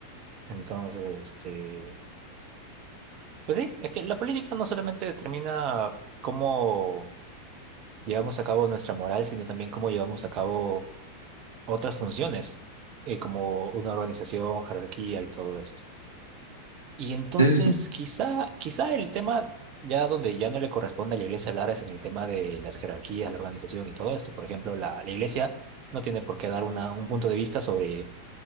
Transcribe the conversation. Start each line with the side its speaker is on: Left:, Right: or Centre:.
Right: Entonces, este, pues sí, es que la política no solamente determina cómo llevamos a cabo nuestra moral, sino también cómo llevamos a cabo otras funciones, eh, como una organización, jerarquía y todo esto. Y entonces
Left: Sí, sí, sí.
Right: quizá, quizá el tema ya donde ya no le corresponde a la iglesia hablar es en el tema de las jerarquías, la organización y todo esto. Por ejemplo, la, la iglesia no tiene por qué dar una, un punto de vista sobre